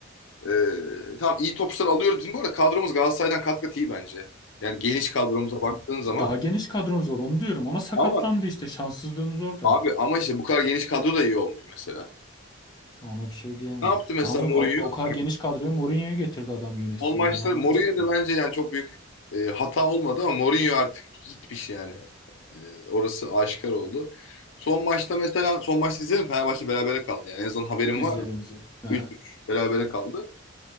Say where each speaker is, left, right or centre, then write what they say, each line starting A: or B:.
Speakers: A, on the left; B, on the left.
A: e, tam iyi topçular alıyoruz. Bizim bu arada kadromuz Galatasaray'dan kat kat iyi bence. Yani geniş kadromuza baktığın zaman
B: Daha geniş kadron zor onu diyorum ama sakatlandı
A: ama
B: işte şanssızlığınız orada.
A: abi ama işte bu kadar geniş kadro da iyi olmuyor mesela.
B: Ona bir şey diyemem.
A: Ne yaptı mesela
B: Ama o
A: Mourinho?
B: o kadar geniş kadroyu Mourinho'yu getirdi adam yönetsin
A: Son maçta
B: diye daha ne
A: Mourinho'da
B: yapacak ki?
A: bence yani çok büyük e, hata olmadı ama Mourinho artık gitmiş yani. E, orası aşikar oldu. Son maçta mesela son maçta izledim Fenerbahçe berabere kaldı. Yani en azından haberim
B: İzleyelim
A: var mı?
B: izleyelim. <laughs>
A: 3-3 berabere kaldı.